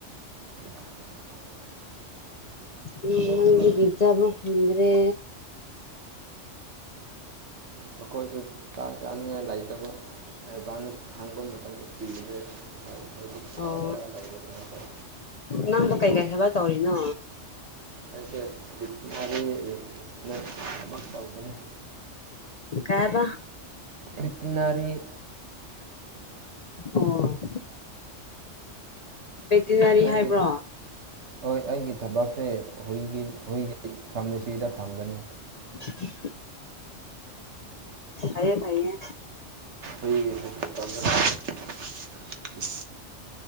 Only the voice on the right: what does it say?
<inaudible>
ꯑꯩꯈꯣꯏꯁꯨ
ꯃꯈꯣꯏꯁꯨ ꯆꯥꯛ ꯆꯥꯅꯤꯡꯉꯥꯏ ꯂꯩꯇꯕ ꯑꯦꯗꯚꯥꯟꯁ ꯍꯪꯕ ꯃꯇꯝꯗ ꯄꯤꯔꯦ ꯃꯣꯏꯗꯨ ꯐꯥꯎꯔꯒ
ꯂꯩꯕꯅꯤ ꯍꯥꯏ
ꯑꯩꯁꯦ ꯚꯤꯇꯤꯅꯥꯔꯤ ꯅꯦꯠ ꯑꯃ ꯇꯧꯕꯅꯤ
ꯕꯦꯇꯅꯔꯤ
ꯑꯩꯒꯤ ꯍꯣꯏ ꯑꯩꯒꯤ ꯊꯕꯛꯁꯦ ꯍꯨꯏꯒꯤ ꯍꯨꯏꯒꯤ ꯐꯥꯔꯃꯥꯁꯤꯗ ꯐꯝꯕꯅꯦ
ꯑꯩꯈꯣꯏꯒꯤ